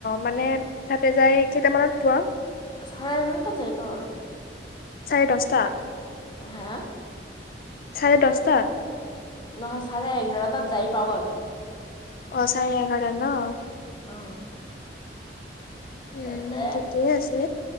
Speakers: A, on the left; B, on the left.
A: মানে তাতে যাই কেইটামানত পোৱা?
B: চাৰে এঘাৰ তাত যাই পাওঁ আৰু।
A: চাৰে দশটা
B: হা
A: চাৰে দছটাত
B: নহয় চাৰে এঘাৰটাত যাই পাওঁ আৰু
A: অ', চাৰে এঘাৰটাত ন
B: অ',
A: উম',
B: তাতে
A: ঠিকেই আছে।